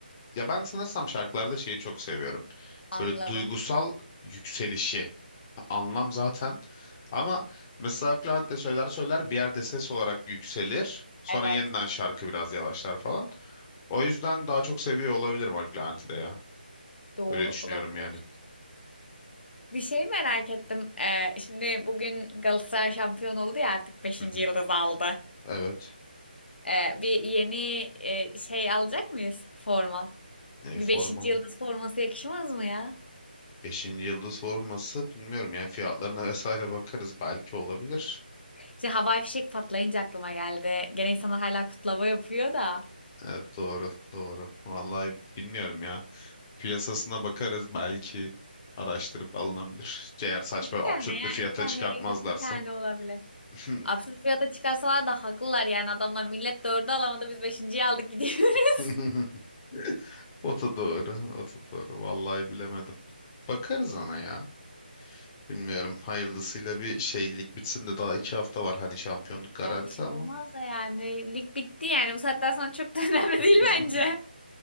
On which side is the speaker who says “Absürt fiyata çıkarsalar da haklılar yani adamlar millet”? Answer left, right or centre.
Left